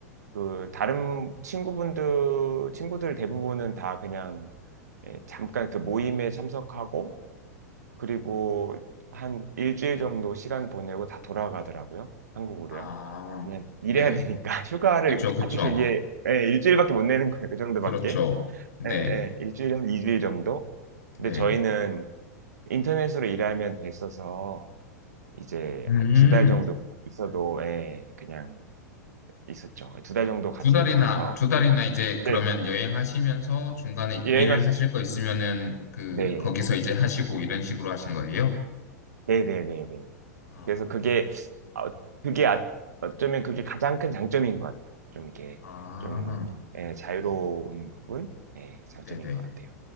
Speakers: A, on the right; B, on the left.
A: 그 다른 친구분들 친구들 대부분은 다 그냥 예, 잠깐 그 모임에 참석하고 그리고 한 일주일 정도 시간 보내고 다 돌아가더라고요. 한국으로요.
B: 아,
A: 그냥 일해야
B: 네.
A: 되니까 <laughs> 휴가를
B: 그쵸, 그쵸.
A: 아주 길게 예, 일주일밖에 못 내는 거예요. 그 정도밖에.
B: 그렇죠. 네,
A: 예, 예, 일주일에 한 2주일 정도. 근데
B: 네.
A: 저희는 인터넷으로 일하면 됐어서 이제
B: 음,
A: 한 두 달 정도 그냥 있어도 예, 그냥 있었죠. 두 달 정도 같이
B: 두 달이나,
A: 거기서
B: 두 달이나 이제
A: 네,
B: 그러면 여행하시면서 중간에 일하실
A: 여행을 했어요.
B: 거 있으면은 그,
A: 네.
B: 거기서 이제 하시고 이런 식으로 하신 거예요?
A: 네네네네.
B: 아,
A: 그래서 그게, 어, 그게 아, 어쩌면 그게 가장 큰 장점인 것 같아요. 좀 이렇게,
B: 아,
A: 좀, 예, 자유로운
B: 네,
A: 부분? 예, 장점인
B: 네네.
A: 것 같아요.